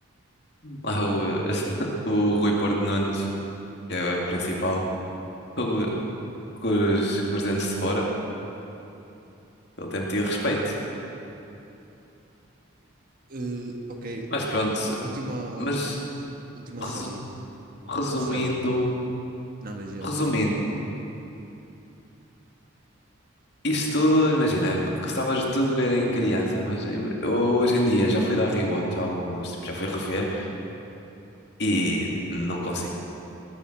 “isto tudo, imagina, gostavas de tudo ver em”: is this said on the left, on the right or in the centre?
Left